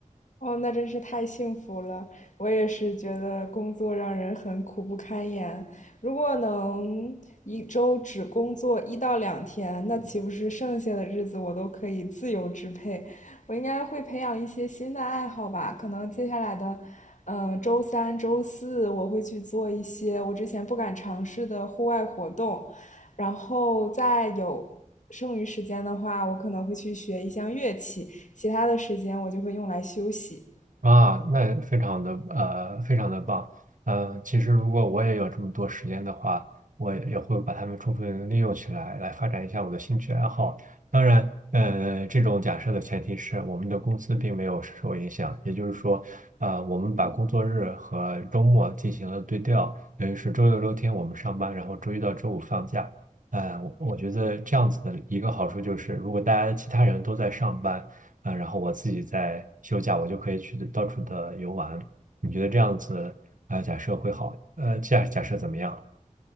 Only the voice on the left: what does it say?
哦，那真是太幸福了！我也是觉得工作让人很苦不堪言。如果能一周只工作一到两天，那岂不是剩下的日子我都可以自由支配？我应该会培养一些新的爱好吧？可能接下来的，呃，周三、周四我会去做一些我之前不敢尝试的户外活动，然后再有剩余时间的话，我可能会去学一项乐器。其他的时间我就会用来休息。